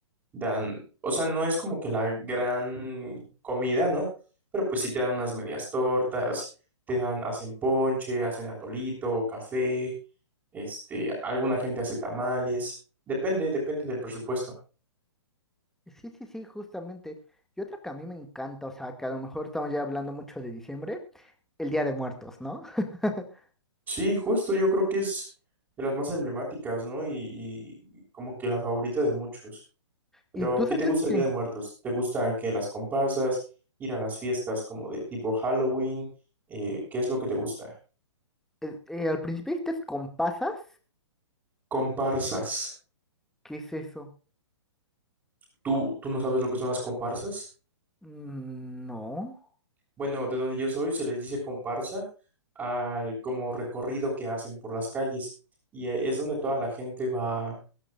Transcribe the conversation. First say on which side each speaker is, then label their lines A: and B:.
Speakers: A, on the right; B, in the centre.
A: Dan, o sea, no es como que la gran comida, ¿no? Pero pues sí te dan unas medias tortas, te dan, hacen ponche, hacen atolito, café, este, alguna gente hace tamales. Depende, depende del presupuesto.
B: Sí, sí, sí, justamente. Y otra que a mí me encanta, o sea, que a lo mejor estamos ya hablando mucho de diciembre, el Día de Muertos, ¿no? <laughs>
A: Sí, justo yo creo que es de las más emblemáticas, ¿no? Y, y como que la favorita de muchos. Pero,
B: ¿Y tú
A: ¿qué
B: sabías
A: te gusta el
B: que
A: Día
B: en-
A: de Muertos? ¿Te gustan que las comparsas, ir a las fiestas como de tipo Halloween? Eh, ¿qué es lo que te gusta?
B: eh, eh, al principio dijiste con pasas?
A: Comparsas.
B: ¿Qué es eso?
A: ¿Tú, tú no sabes lo que son las comparsas?
B: Mm, No.
A: Bueno, de donde yo soy se les dice comparsa al como recorrido que hacen por las calles y es donde toda la gente va